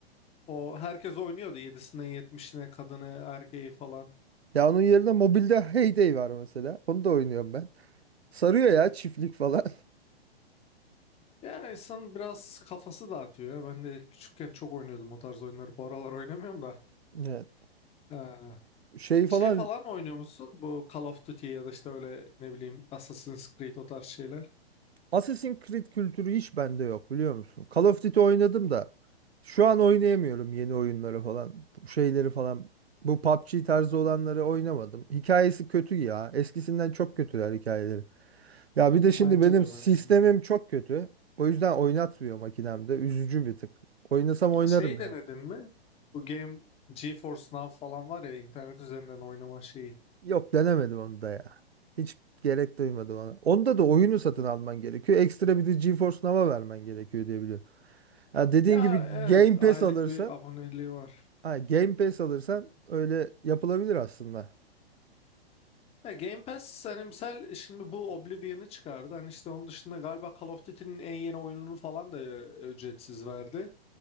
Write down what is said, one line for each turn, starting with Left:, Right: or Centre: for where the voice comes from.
Left: O herkes oynuyordu 7'sinden 70'ine kadını erkeği falan.
Right: ya onun yerine mobilde Heyday var mesela. Onu da oynuyorum ben. Sarıyor ya çiftlik falan.
Left: Yani insan biraz kafası dağıtıyor ya. Ben de küçükken çok oynuyordum o tarz oyunları. Bu aralar oynamıyorum da.
Right: <laughs> Evet.
Left: Ha.
Right: Şey falan
Left: Şey falan oynuyor musun? Bu Call of Duty ya da işte öyle ne bileyim Assassin's Creed o tarz şeyler.
Right: Assassin's Creed kültürü hiç bende yok biliyor musun? Call of Duty oynadım da şu an oynayamıyorum yeni oyunları falan. Bu şeyleri falan. Bu PUBG tarzı olanları oynamadım. Hikayesi kötü ya. Eskisinden çok kötüler hikayeleri. Ya bir de
Left: Bence
Right: şimdi benim
Left: de
Right: sistemim
Left: bence de.
Right: çok kötü. O yüzden oynatmıyor makinemde. Üzücü bir tık. Oynasam oynarım
Left: Şey
Right: ya.
Left: denedin mi? Bu game GeForce Now falan var ya internet üzerinden oynama şeyi.
Right: Yok denemedim onu da ya. Hiç gerek duymadım ona. Onda da oyunu satın alman gerekiyor. Ekstra bir de GeForce Now'a vermen gerekiyor diye biliyorum. Ya dediğin
Left: Ya
Right: gibi
Left: evet
Right: Game
Left: aylık
Right: Pass alırsan
Left: bir aboneliği var.
Right: Ha, Game Pass alırsan öyle yapılabilir aslında.
Left: Ya Game Pass hani misal şimdi bu Oblivion'ı çıkardı. Hani işte onun dışında galiba Call of Duty'nin en yeni oyununu falan da e, ücretsiz verdi.